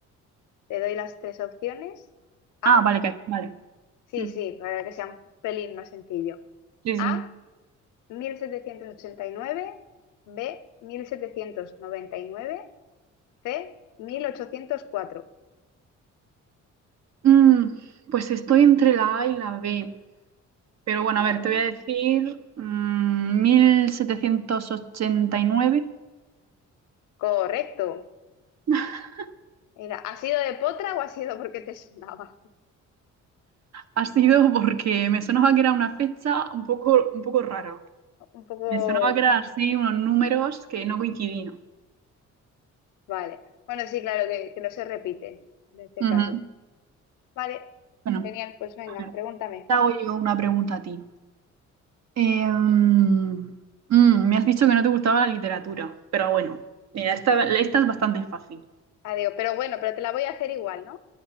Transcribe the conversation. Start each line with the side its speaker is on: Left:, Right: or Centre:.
Left: Te doy las tres opciones. A,
Right: Ah, vale, que- vale.
Left: sí,
Right: Mm,
Left: sí, para que sea un pelín más sencillo.
Right: Sí,
Left: A,
Right: sí.
Left: 1789, B, 1799, C, 1804.
Right: Mm, pues estoy entre la A y la B. Pero bueno,
Left: ¿Vale?
Right: a ver, te voy a decir mm, mil setecientos ochenta y nueve
Left: Correcto.
Right: <laughs>
Left: Mira, ¿ha sido de potra o ha sido porque te sonaba?
Right: Ha sido porque me sonaba que era una fecha un poco, un poco rara.
Left: <laughs> Un poco...
Right: Me sonaba que eran así unos números que no coincidían.
Left: Vale. Bueno, sí, claro, que, que no se repite en este
Right: Ujú.
Left: caso. Vale,
Right: Bueno,
Left: genial, pues venga,
Right: a ver,
Left: pregúntame.
Right: te hago yo una pregunta a ti. Eh, mm, me has dicho que no te gustaba la literatura, pero bueno, mira, esta, esta es bastante fácil.
Left: Adiós. Pero bueno, pero te la voy a hacer igual, ¿no?